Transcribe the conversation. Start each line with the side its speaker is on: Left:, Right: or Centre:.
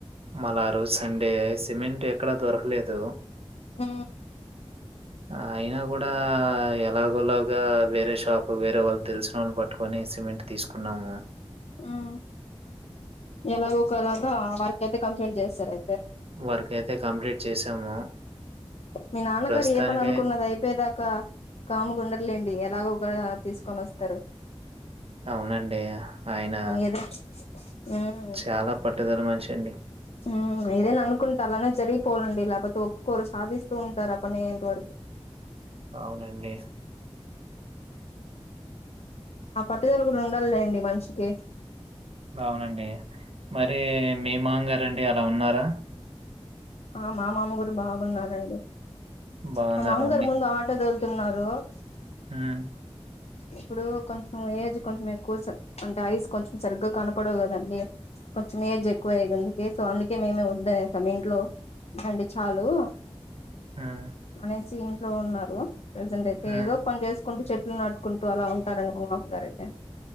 Right: మళ్ళా ఆ రోజు సండే స్ సిమెంట్ ఎక్కడ దొరకలేదు.
Left: ఊ
Right: ఆ అయినా గుడా ఎలాగోలా ఆ వేరే షాప్ వేరే వాళ్ళు తెలిసినోళ్ళు బట్ కొని సిమెంట్ తీసుకున్నాము.
Left: హ్ ఎలాగో ఒకలగా వర్క్ ఐతే కంప్లీట్ జే సరే
Right: వర్క్ ఐతే కంప్లీట్ చేశాము.
Left: మీ నాన్నగారు
Right: ప్రస్తుతానికే
Left: ఏ పని అనుకున్నది. అయిపోయేదాకా కాముగా ఉండర్లేండి. ఇగ లాగా ఒక తీసుకొని అస్తరు.
Right: అవునండి. ఆయన
Left: ఏదో ఉమ్
Right: చాలా పట్టుదల మనిషి అండి.
Left: హ్ ఏదైనా అనుకుంటా ఆల్ అనేది జరిగిపోవ ఏం లాభం ఫస్ట్ ఒప్పుకోరు సాధిస్తూ ఉంటారు. అ పనీ అయ్యెంత వరకు
Right: అవునండి.
Left: ఆ పట్టుదల కూడా ఉండాలి లేండి. ఆ మనిషికి
Right: అవునండి. మరి మీ మాంగారు అండి. అలా ఉన్నారా
Left: ఆ మా మామగారు బాగున్నారాండి.
Right: బాగున్నారు.
Left: మా మామ్మ గారు ముందు ఆటో దొలుతున్నారు డ్రాప్స్
Right: ఉమ్
Left: ఇప్పుడు కొంచెం ఏజ్ కొంచెం ఎక్కువ అంటే ఐస్ కొంచెం సరిగ్గా కనపడవు కదండి కొంచెం ఏజ్ ఎక్కువ అయ్యంది అందుకే అందుకే మేము వద్దనే సం ఇంట్లో రెండు చాలు
Right: హ్మ్.
Left: మానేసి లో ఉన్నరు ప్రజెంట్ అయితే
Right: హ్మ్.
Left: ఎదో కొన్నీ చేసుకుంటూ చెట్ చెట్లు నాటుకుంటూ అలా ఉంటారండి మా మామ్మ గారు అయితే